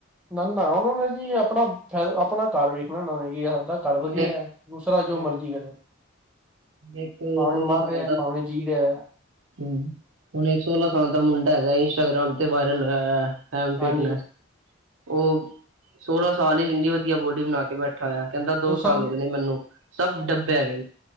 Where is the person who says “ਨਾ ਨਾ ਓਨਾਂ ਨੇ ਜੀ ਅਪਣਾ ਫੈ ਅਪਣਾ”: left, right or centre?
Centre